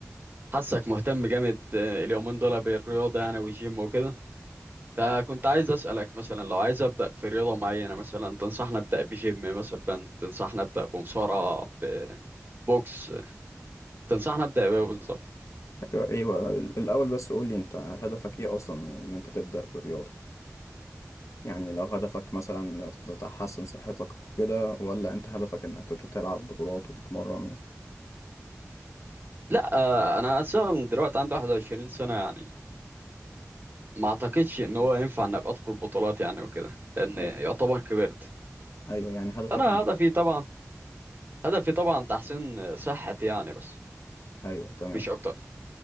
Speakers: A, on the right; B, on the left.
A: حاسك مهتم جامد آه، اليومين دول بالرياضه يعني والجيم وكده فكنت عايز اسالك مثلا لو عايز ابدا في رياضه معينه مثلا تنصحني ابدا بجيم مثلا تنصحني ابدا بمصارعه ببوكس تنصحني ابدا بايه بالظبط
B: أيوة أيوة ال- الأول بس قولي أنت هدفك إيه أصلا من إن أنت تبدأ بالرياضة يعني لو هدفك مثلا تحسن صحتك أو كده ولا أنت هدفك إنك تت- تلعب بطولات وتتمرن و...
A: لا آه، انا اصلا دلوقتي عندي 21 سنه يعني ما اعتقدش ان هو ينفع ان ابقى ادخل بطولات يعني وكده لان يعتبر
B: أي-
A: كبرت
B: أيوة يعني هدفك
A: انا
B: من...
A: هدفي طبعا هدفي طبعا تحسين صحتي يعني بس
B: أيوة تمام
A: مش اكتر